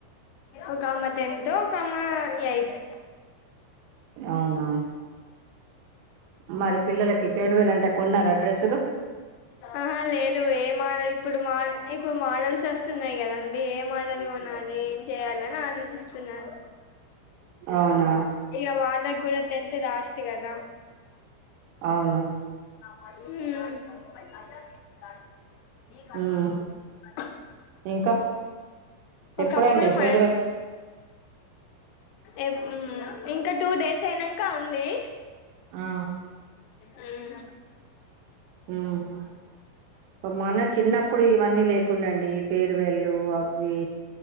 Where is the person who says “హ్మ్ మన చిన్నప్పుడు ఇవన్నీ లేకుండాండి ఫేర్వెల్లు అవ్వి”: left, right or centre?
Right